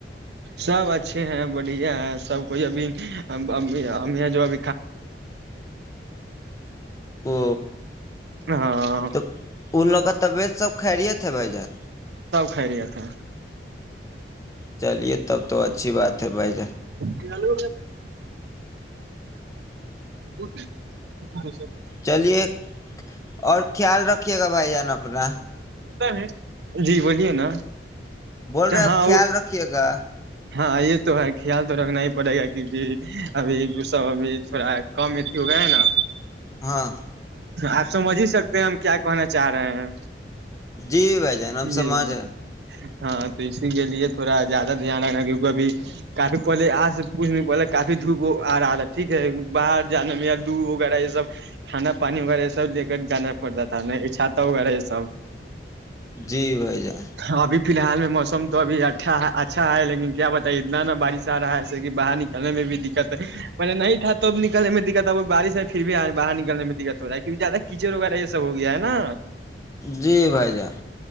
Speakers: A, on the right; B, on the left.
A: سب اچھے ہیں بڑھیا سب کوئی ابھی ہم یہ جو آاب
B: او
A: ہاں
B: تو ان لوگ کا طبیعت سب خریت ہےے بھ جان
A: خرییا تھا ہیں
B: چلیے تب تو اچھی بات ہے بھائی جان
A: لو ج
B: چلیے اور خیال رکھیے گا بھائی جان اپنا
A: ہے جی بولیے نا
B: بول رہے
A: ہاں
B: آپ خیال رکھیے گا
A: ہاں یہ تو ہے خیال تو رکھنا ہی پڑے گا کیونکہ ابھی گ سا اب تھوڑا کم اھی ہو گیا ہے نا
B: ہاں
A: آپ سمجھ ہی سکتے ہیں ہم کیا کہنا چاہ رہے ہیں
B: جی بھ جان ہم سماج
A: جی
B: ہے
A: ہاں تو اسی کے لیے تھوڑا زیادہ دھیان رکھنا کیونکہ ابھی کافی پہلے آج پوچھ نہیں پ کافی دھوپ آ رہا تھا ٹھیک ہے باہر جانے میں یا لو وغیرہ یہ سب کھانا پانی وغیرہ یہ سب لے کر جانا پڑتا تھا نا چھاتا وغیرہ یہ سب
B: جی بھائی جان
A: ابھی فی الحال میں موسم تو ابھی اھا اچھا ہے لیکن کیا بتائیے اتنا نا بارش آ رہا ہے ایسے کہ باہر نکلنے میں بھی دقت ہے میں نہیں تھا تب نکلنے میں دقت ہے وہ بارش ہے پھر بھی آئے باہر نکنے میں دقت توڑا کہ زیادہ کچڑ وغیرہ یہ سب ہو گیا ہے نا
B: جی بھائی جان